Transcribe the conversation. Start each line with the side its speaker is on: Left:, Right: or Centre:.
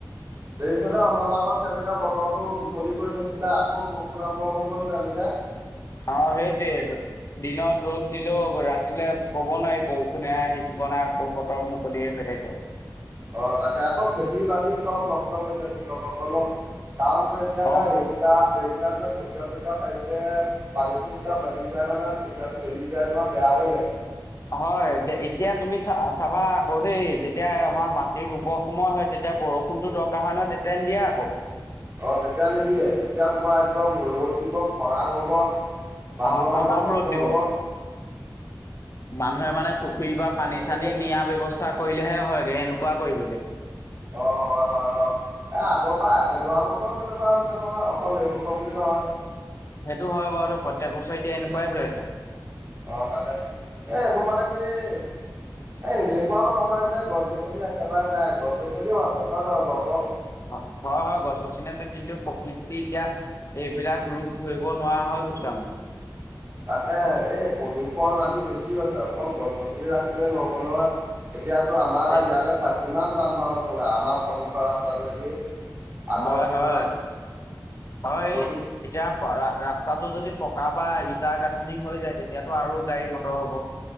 Right: দেখিছনে অলপ আগত কেনেকে বতৰটো মুকলি কৰি থৈছিলে, আকৌ বৰষুণ আৰম্ভ হৈ গ'ল তেনেকে। <inaudible>
Left: অ সেইটোৱে। দিনত ৰ'দ দিলেও, ৰাতিলে কব নোৱাৰি বৰষুণে আহিছ নে, আকৌ বতৰ মুকলিয়ে হৈ থাকে।
Right: অ'হ তাকে আকৌ খেতি-বাতি চব নষ্ট কৰিছে। কৃষকসকলক কাৰণতো এতিয়া চাই
Left: অ'
Right: এইকেইটা- এইকেই -টা দিনত কঠীয়া -চঠীয়া পাৰিছে। পানীটো যেতিয়া বাহি যায়, মানে কঠীয়াটো গেলি যায় নহয়। বেয়া হৈ যায়।
Left: হয়। যে, এতিয়া তুমি চা -চাবা আকৌ দেই যেতিয়া আমাৰ মাটিৰ ৰুব সম সময় হয় তেতিয়া বৰষুণটো দৰকাৰ হয় -নহয় তেতিয়া নিদিয়ে আকৌ।
Right: অ'হ তেতিয়া নিদিয়ে। তেতিয়া তোমাৰ একদম ৰ'দ দিব। খৰাং হ'ব। মানুহৰ
Left: অ'হ তামাম
Right: মানে কষ্ট
Left: ৰ'দ দিব।
Right: হব
Left: অ'হ। মানুহে মানে পুখুৰী পা পানী-চানী
Right: এ তেনেকুৱা
Left: নিয়াৰ ব্যৱস্থা কৰিলেহে হয়গৈ। সেনেকুৱা কৰিবগে
Right: অ হয়। হয়। অ'হ। এ আগৰ পা, যোৱা বছৰো তেনেকুৱা হৈছে, নহয় অকল এইবছৰ বুলি নহয়।
Left: সেইটো হয় বাৰু। ধৰ প্ৰত্যেক বছৰ এতিয়া এনেকুৱাই হৈ আছে।
Right: অ'হ তাকেহ। এ হেইবোৰ মানে কি এ এনেকুৱাও নহয় যে গছ-গছনি একেবাৰে নাই, গছ-গছনিও আছে। হয় নহয় বাও ক
Left: হয়। হয়। গছ-গছনি আছে। কিন্তু প্ৰকৃতি এতিয়া এইবিলাক ৰূপ ধৰিব নোৱাৰা হৈ গৈছো আমি।
Right: তাকে এই প্ৰদূষণ আদি বেছি হৈছে। অকল গছ-গছনি ৰাখিলে নহব, নহয়। এতিয়াতো আমাৰ
Left: সেইটো
Right: ইয়াতে চা কিমান যান-বাহন চলে। আমাৰ সন্মুখৰ ৰাস্তাটোৱেদি আগৰ
Left: হয়।
Right: তুলনাত
Left: হয়। হয়।
Right: প্ৰতি
Left: এতিয়া ৰাস্তাটো যদি প তা-পৰা ইটাৰ গাঁথনি হৈ যায় তেতিয়াতো আৰু গাড়ী- মটৰ হ'ব।